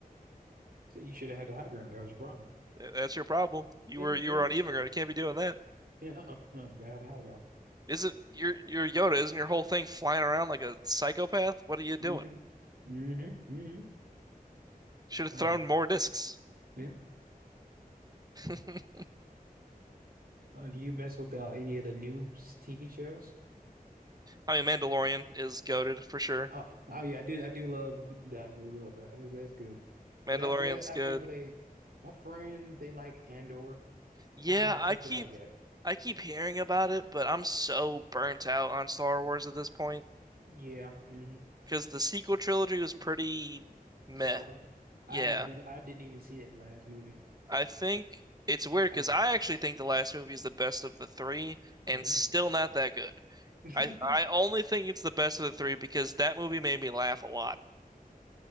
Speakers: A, on the right (about 75°); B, on the right (about 25°).
A: you should have had the high ground. That was your problem.
B: That's your problem. You
A: Yeah,
B: were you
A: yeah,
B: were on even ground. You can't be doing that.
A: yeah. Uh-uh. Uh, got the high ground.
B: Isn't your your Yoda? Isn't your whole thing flying around like a psychopath? What are you doing?
A: hmm hmm hmm
B: Should have
A: Uh,
B: thrown more discs.
A: yeah.
B: <laughs>
A: Uh, do you mess with uh, any of the new s- TV shows?
B: I mean, Mandalorian is goaded for sure.
A: Oh, oh yeah, I do. I do love that a little bit. That's, that's good.
B: Mandalorian's
A: But after that, I
B: good.
A: haven't really. My friends, they like Andor.
B: Yeah,
A: I've not
B: I
A: checked
B: keep
A: it out yet.
B: I keep hearing about it, but I'm so burnt out on Star Wars at this point
A: Yeah. hmm
B: because the sequel trilogy was pretty meh.
A: Terrible. I
B: Yeah,
A: had, ne- I didn't even see that last movie. Like
B: I think
A: I,
B: it's weird
A: I
B: because I actually think the last movie is the best of the three and
A: really.
B: still not that good.
A: <laughs>
B: I I only think it's the best of the three because that movie made me laugh a lot.